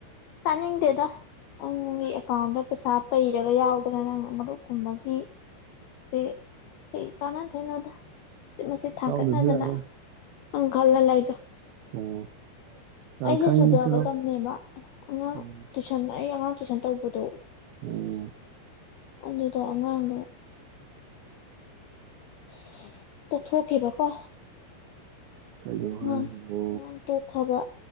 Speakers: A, on the left; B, on the right.
A: ꯇꯥꯅꯤꯡꯗꯦꯗ ꯅꯪꯪꯒꯤ ꯑꯦꯀꯥꯎꯟꯗ ꯄꯩꯁꯥ ꯄꯩꯔꯒ ꯌꯥꯎꯗꯅ ꯅꯪꯅ ꯃꯔꯨꯞ ꯀꯨꯝꯕꯒꯤ ꯁꯦ ꯑꯁ ꯀꯩ ꯀꯥꯟꯅꯗꯣꯏꯅꯣꯗ ꯆꯤꯠ ꯃꯆꯤꯠ ꯊꯥꯡꯒꯠꯅꯗꯅ
B: ꯌꯥꯎꯗ꯭ꯔꯁꯨ ꯌꯥꯔꯦ
A: ꯅꯪ ꯈꯜꯂ ꯂꯩꯗꯣ
B: ꯎꯝ ꯌꯥꯝ
A: ꯑꯩꯁꯦ
B: ꯈꯪꯉꯤꯀꯣ
A: ꯁꯨꯖꯒꯗꯝꯅꯦꯕ ꯑꯉꯥꯡ
B: ꯎꯝ
A: ꯇꯨꯏꯁꯟ ꯑꯩ ꯑꯉꯥꯡ ꯇꯨꯏꯁꯟ ꯇꯧꯕꯗꯣ
B: ꯎꯝ
A: ꯑꯗꯨꯗꯣ ꯑꯉꯥꯡꯗꯣ <inaudible> ꯇꯣꯛꯊꯣꯛꯈꯤꯕꯀꯣ
B: ꯀꯩꯒꯤꯅꯣ
A: ꯑꯉꯥꯡ
B: ꯍꯥꯏꯁꯤꯕꯣ
A: ꯑꯉꯥꯡ ꯇꯣꯛꯈ꯭ꯔꯕ